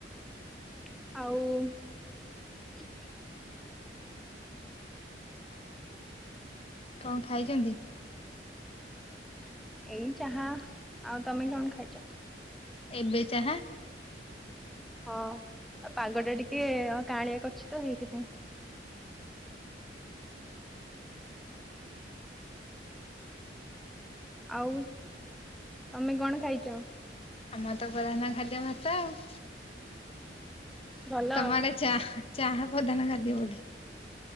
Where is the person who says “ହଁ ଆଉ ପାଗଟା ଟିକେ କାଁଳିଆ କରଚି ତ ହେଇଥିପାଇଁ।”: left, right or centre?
Centre